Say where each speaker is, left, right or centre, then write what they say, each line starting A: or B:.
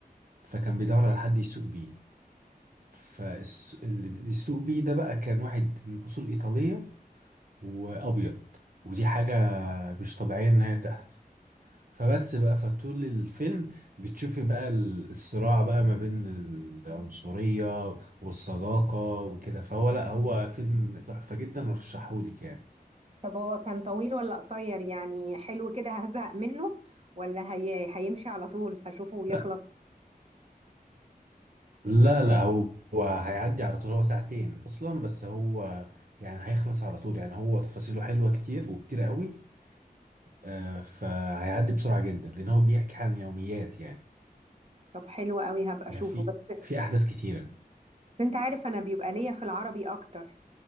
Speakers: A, on the right (about 60°); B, on the right (about 40°).
A: فكان بيدور على حد يسوق بيه فاللي بيسوق بيه ده بقى كان واحد من أصول إيطالية وابيض ودي حاجه مش طبيعيه ان هي تحصل فبس بقى فطول الفيلم بتشوفي بقى ال- الصراع بقى ما بين العنصريه والصداقه وكده فهو لا هو فيلم تحفه جدا ورشحهولك يعني
B: طب هو كان طويل ولا قصير يعني حلو كده هزهق منه ولا هي... هيمشي على طول هشوفه ويخلص
A: لا لا لا، هو هو هيعدي على طول هو ساعتين اصلا بس هو يعني هيخلص على طول يعني هو تفاصيله حلوه كتير وكتير قوي آه، فهيعدي بسرعه جدا لان هو بيحكي عن يوميات يعني
B: طب حلو قوي هبقى اشوفه
A: في
B: بس
A: في احداث كتيره
B: بس انت عارف انا بيبقى ليا في العربي اكتر